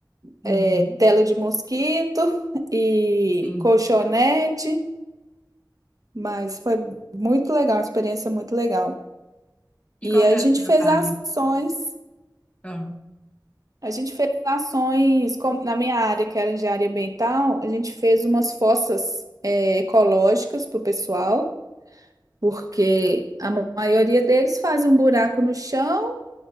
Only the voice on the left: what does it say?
Uhum,
sim.
E
qual
que era
o trabalho?
Ah,